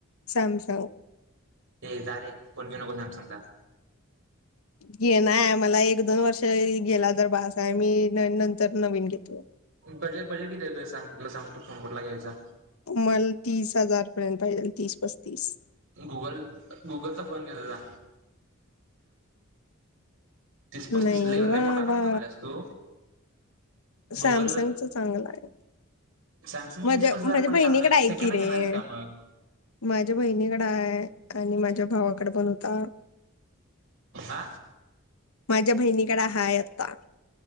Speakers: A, on the left; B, on the right.
A: सॅमसंग.
B: ये, जा, रे फोन घेऊ नको सॅमसंगचा.
A: घेणार मला एक दोन वर्ष गेला तर बास आहे, मी नंतर नवीन घेतो.
B: बजेट बजेट किती आहे तुझ सांग. सांगतो फोन कुठला घ्यायचा.
A: मल तीस हजार पर्यंत पाहिजेल तीस पस्तीस.
B: गुगल गुगलचा फोन घेजा जा. तीस पस्तीस
A: नाही
B: लई
A: वा
B: लय मोठा आकडा
A: वा
B: सांगाल्यास तू.
A: सॅमसंगच
B: गुगल
A: चांगलं हाय.
B: सॅमसंग
A: माझ्या
B: तीस पस्तीस हजार
A: माझ्या
B: पण
A: बहिणीकडे
B: चांगलं
A: आहे
B: सेकंड
A: की
B: हँड
A: रे,
B: घेणार आहेस का मग
A: माझ्या बहिणीकडे हाय, आणि माझ्या भावाकडे पण होता.
B: आ.
A: माझ्या बहिणीकडे हाय आता.